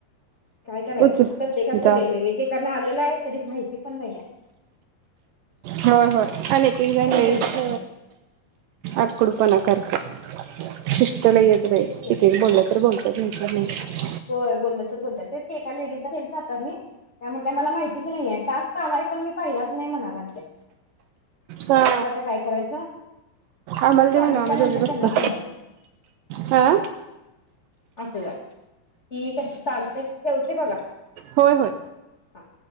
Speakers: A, on the left (about 80°); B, on the right (about 80°).
A: काय करायचं
B: उचल
A: प्रत्येकाच
B: जा
A: वेगवेगळ आलेलं आहे तरी माहिती पण नाये
B: होय होय आणि तिझा लैच
A: बघितला नाहीये
B: आकडूपणा करता शिस्त नाही बाई
A: तेच की
B: कितीही बोलल तर बोल रिकामा ऑडिओ <unintelligible>
A: होय बोलल तर बोलतय तेच का लेडीज हेल् जातात मी त्या म्हट मला माहितीच नाहीे टास्क आलाय पण मी पाहिलाच नाही म्हणा लागले
B: हा
A: मग आता काय करायचं
B: आम्हाला
A: मी सांगितल्या
B: ते म्हणा आम्ही दोघी
A: नंतर
B: बसतो
A: त्यांना समज
B: हा
A: असं का ठीक आहे चालते ठेवते बगा
B: होय होय
A: हो